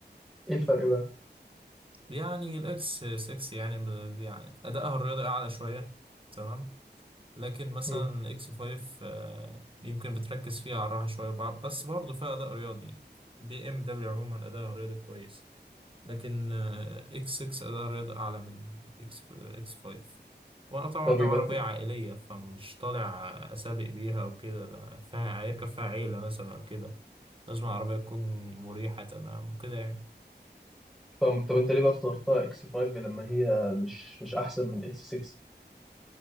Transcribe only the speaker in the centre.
ايه الفرق بقى
مم.
طب
يبقى
أنت-
فاهمك طب انت ليه بقى اخترتها اكس 5 لما هي مش مش احسن من اكس 6